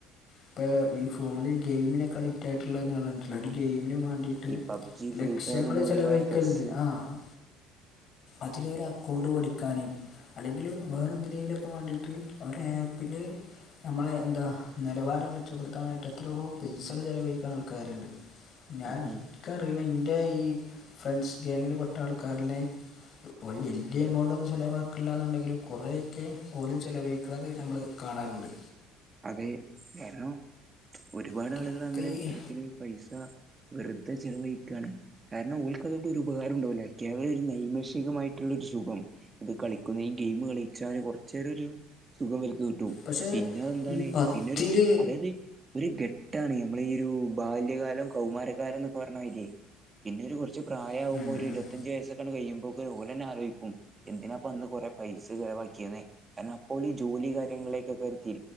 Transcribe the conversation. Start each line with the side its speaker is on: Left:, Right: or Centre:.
Left: ഇപ്പ ഈ ഫോണിൽ ഗെയിമിനൊക്കെ അഡിക്റ്റായിട്ട് <unintelligible> പറയാൻ പറ്റൂലാ ഒര് ഗെയിമിന് വാണ്ടിയിട്ട്
Right: അത് ഈ പബ്ജി
Left: ലക്ഷങ്ങെൾ
Right: ഫ്രീ ഫയർ പോലുള്ള
Left: ചെലവഴിക്കെൽ
Right: പെസ്സ്
Left: ഇണ്ട് ആഹ് ആഹ് അതിലൊര് അക്കൗണ്ട് പഠിക്കാന് അല്ലെങ്കിൽ വേറെ എന്തിലെനൊക്കെ വാണ്ടിട്ട് ഒര് ആപ്പിൽ നമ്മളെ എന്താ നെലവാരം മെച്ചപ്പെടുത്താം വേണ്ടിയിട്ട് എത്രയോ പൈസകൾ ചെലവഴിക്ക്ണ ആൾക്കാര് ഇണ്ട് ഞാൻ
Right: ഉം
Left: ഇൻക്കറിണ
Right: ഉം
Left: ഇൻ്റെ ഈ ഫ്രണ്ട്സ് ഗ്വാങ്ങിൽ പെട്ട ആൾക്കാര്ൽ ഓൽ വെല്ല്യ എമൗണ്ടൊന്നും ചെലവാക്ക്ണ് ഇല്ലാന്ന് ഇണ്ടെങ്കിലും കൊറെ ഒക്കെ ഓലും ചെലവഴിക്ക്ണെത് നമ്മെൾ കാണാറുണ്ട്
Right: അതെ കാരണം ഒരുപാട്
Left: അതൊക്കെ
Right: ആളുകൾ അങ്ങനെ
Left: ഈ
Right: അത്തരത്തില് പൈസ വെറ്തെ ചെലവഴിക്കാണ് കാരണം ഓൽക്ക് അതോണ്ട് ഒര് ഉപകാരും ഇണ്ടാവുലാ കേവലം ഒരു നൈമിശികമായിട്ടുള്ള ഒരു സുഖം ഇത് കളിക്കുന്ന ഈ ഗെയിം കളിച്ചാല് കൊർച്ചേരം ഒരു സുഖം ഇവെൽക്ക് കിട്ടും
Left: പക്ഷേ
Right: പിന്നെ അത് എന്താണ്
Left: ഈ പത്തിൽ
Right: പിന്നൊരു അതായെത് ഒര് ഘട്ടാണ് നമ്മളെ ഈ ഒരു ബാല്യകാലം കൗമാരകാരം ന്നൊക്കെ പർണ മായിരെയ് പിന്നെ ഒരു കൊ ർച്ച് പ്രായാവുമ്പോ
Left: പത്ത്
Right: ഒര് ഇരുവത്തഅഞ്ച് വയ്സ്സൊ ക്കെ ആണ്ട് കയ്യുമ്പോക്കിന് ഓലെന്നെ ആലോയിക്കും എന്തിനാപ്പം അന്ന് കൊറെ പൈസ ചെലവാക്കിയെന്ന് കാരണം അപ്പ ഓൽ ജോലി കാര്യങ്ങളിലെക്കൊക്കെ അവെര്